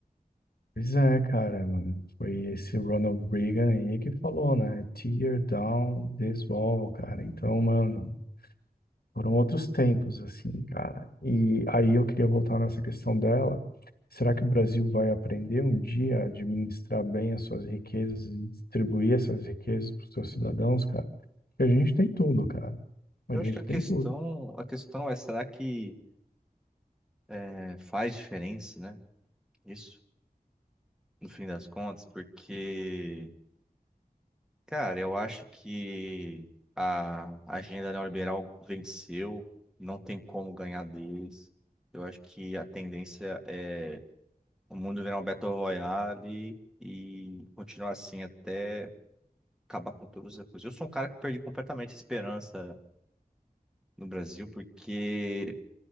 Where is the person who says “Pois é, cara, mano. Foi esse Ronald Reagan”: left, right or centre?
Left